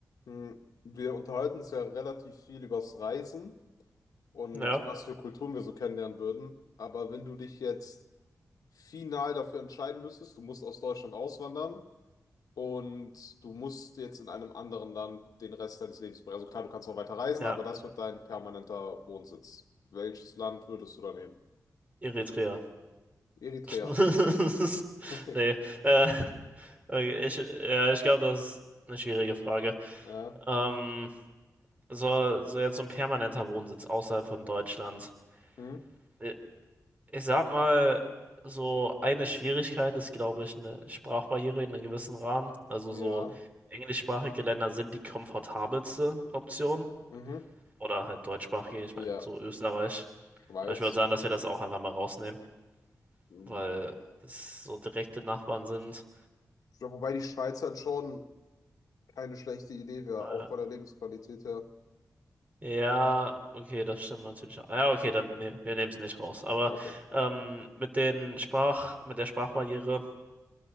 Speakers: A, on the left (about 80°); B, on the right (about 25°).
A: Hm, Wir unterhalten uns ja relativ viel übers Reisen und
B: Ja,
A: was für Kulturen wir so kennenlernen würden. Aber wenn du dich jetzt final dafür entscheiden müsstest, du musst aus Deutschland auswandern und du musst jetzt in einem anderen Land den Rest deines Lebens bringen. Also klar, du kannst noch weiter reisen,
B: ja,
A: aber das wird dein permanenter Wohnsitz. Welches Land würdest du da nehmen?
B: Eritrea.
A: Eritrea.
B: <laughs>
A: <laughs>
B: Nee, äh, okay, ich, ja, ich glaube, das ist eine schwierige Frage.
A: Ja.
B: Ähm, so, so jetzt so ein permanenter Wohnsitz außerhalb von Deutschland.
A: Hm?
B: Äh, Ich sag mal, so eine Schwierigkeit ist, glaube ich, eine Sprachbarriere in einem gewissen Rahmen. Also
A: Ja.
B: so englischsprachige Länder sind die komfortabelste Option.
A: Mhm.
B: Oder halt deutschsprachige, ich
A: Ja,
B: meine, so Österreich.
A: Schweiz.
B: Aber ich würde sagen, dass wir das auch einfach mal rausnehmen,
A: Hm.
B: weil es so direkte Nachbarn sind.
A: Ja, wobei die Schweiz halt schon. keine schlechte Idee wäre,
B: Äh,
A: auch von der Lebensqualität her.
B: Ja, okay, das stimmt natürlich auch. Ja, okay, dann, nee, wir nehmen es nicht raus. Aber
A: Okay.
B: ähm, mit den Sprach, mit der Sprachbarriere,